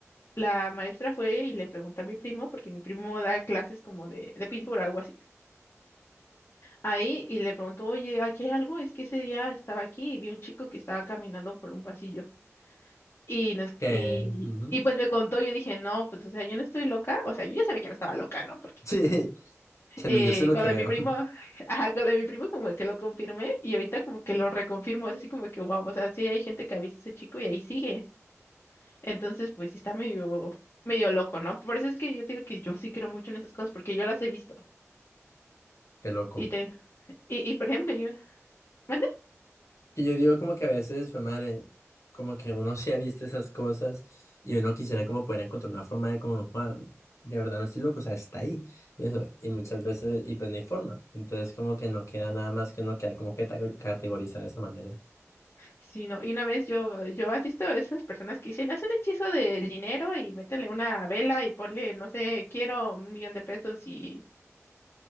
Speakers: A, on the left; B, on the left.
A: La maestra fue y le preguntó a mi primo, porque mi primo da clases como de, de pintura, algo así. Ahí, y le preguntó, oye, ¿aquí hay algo? Es que ese día estaba aquí y vi un chico que estaba caminando por un pasillo. Y, nos,
B: Que,
A: y,
B: ujú.
A: y pues me contó, yo dije, no, pues, o sea, yo no estoy loca. O sea, yo ya sabía que no estaba loca, ¿no? Porque,
B: Sí,
A: pues, no.
B: <laughs> que
A: Eh,
B: no, yo sé lo
A: con
B: que
A: lo
B: veo.
A: de mi primo,
B: <laughs>
A: <laughs> ajá, con lo de mi primo como que lo confirmé y ahorita como que lo reconfirmo. Es así como que, wow, o sea, sí hay gente que ha visto a ese chico y ahí sigue. Entonces, pues sí está medio, medio loco, ¿no? Por eso es que yo te digo que yo sí creo mucho en esas cosas, porque yo las he visto.
B: Qué loco.
A: Y te, y, y por ejemplo, yo, ¿mande?
B: Y yo digo como que a veces, fue madre, como que uno se ha visto esas cosas y uno quisiera como poder encontrar una forma de como, "Joda, de verdad no estoy loco, o sea, está ahí. Y eso, y muchas veces, y pues no hay forma. Entonces como que no queda nada más que uno quedar como que tagori- categorizado de esa manera.
A: Sí, no, y una vez yo, yo has visto esas personas que dicen, haz un hechizo del dinero y métele una vela y ponle, no sé, quiero un millón de pesos y,